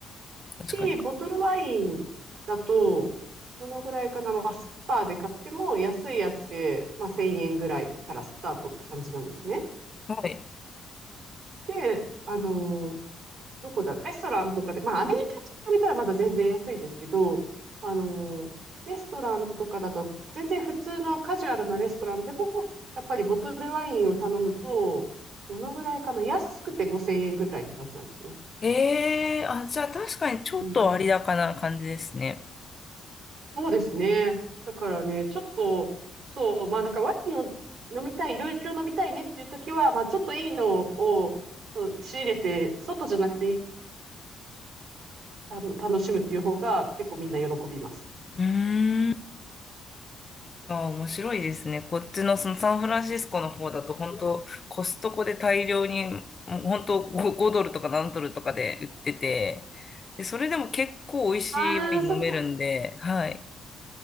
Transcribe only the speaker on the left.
確かに。
はい。
ええあ、じゃあ確かにちょっと割高な感じですね。
うーん。ああ、面白いですね。こっちのそのサンフランシスコの方だと本当コストコで大量に、もう本当5、ドルとか何ドルとかで売ってて、で、それでも結構美味しいワイン飲めるんで、
はい。